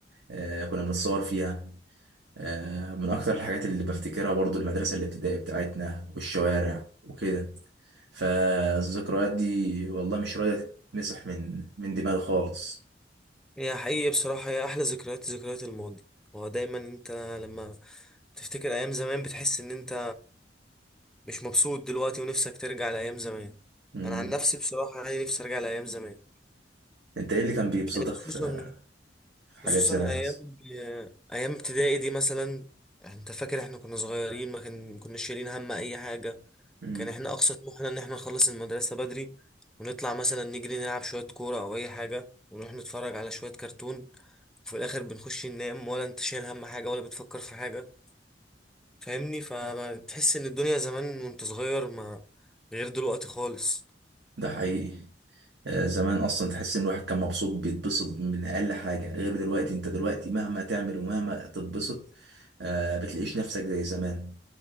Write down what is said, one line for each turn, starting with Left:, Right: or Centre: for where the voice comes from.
Right: آه، كنا بنتصور فيها آه، من اكتر الحاجات اللي بفتكرها برضو المدرسه الابتدائيه بتاعتنا والشوارع وكده فالذكريات دي والله مش راضيه تتمسح من من دماغي خالص
Centre: هي حقيقي بصراحة هي احلى ذكريات ذكريات الماضي هو دايما انت لما تفتكر ايام زمان بتحس ان انت مش مبسوط دلوقتي ونفسك ترجع لايام زمان
Right: مم.
Centre: انا عن نفسي بصراحة يعني نفسي ارجع لايام زمان
Right: انت ايه اللي كان بيبسطك
Centre: يعني خصوصا
Right: في في حاجات
Centre: خصوصا
Right: زمان
Centre: ايام
Right: مثلا
Centre: ايام ابتدائي دي مثلا انت فاكر احنا كنا صغيرين ما كان- ما كناش شايلين هم اي حاجة
Right: امم
Centre: كان احنا اقصى طموحنا ان احنا نخلص المدرسة بدري ونطلع مثلا نجري نلعب شوية كورة او اي حاجة ونروح نتفرج على شوية كرتون وفي الاخر بنخش ننام ولا انت شايل هم حاجة ولا بتفكر في حاجة فاهمني فبتحس ان الدنيا زمان وانت صغير ما غير دلوقتي خالص
Right: ده حقيقي آه، زمان اصلا تحس ان الواحد كان مبسوط بيتبسط من اقل حاجه غير دلوقتي انت دلوقتي مهما تعمل ومهما تتبسط آه بتلاقيش نفسك زي زمان